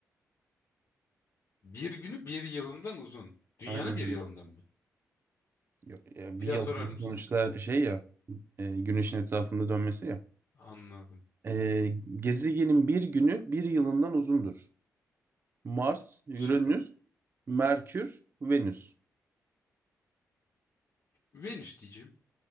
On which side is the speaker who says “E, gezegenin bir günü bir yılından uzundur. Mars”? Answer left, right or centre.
Right